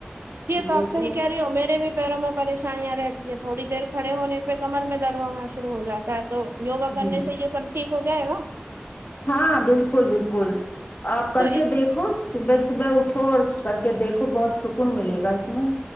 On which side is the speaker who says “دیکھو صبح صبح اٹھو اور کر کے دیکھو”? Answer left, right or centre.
Left